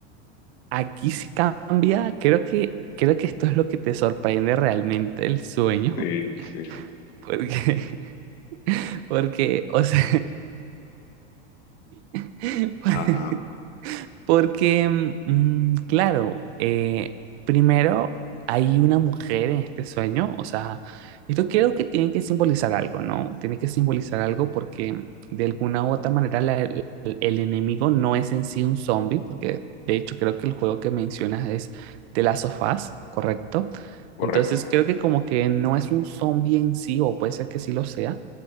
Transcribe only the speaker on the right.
Aquí sí cambia. Creo que, creo que esto es lo que te sorprende realmente el sueño.
Porque, <laughs> porque, o sea, <laughs>
Porque, mm, claro, eh, primero hay una mujer en este sueño, o sea, esto creo que tiene que simbolizar algo, ¿no? Tiene que simbolizar algo porque de alguna u otra manera la- el, el enemigo no es en sí un zombie, porque de hecho creo que el juego que mencionas es de las sofás, ¿correcto?
Entonces creo que como que no es un zombie en sí, o puede ser que sí lo sea,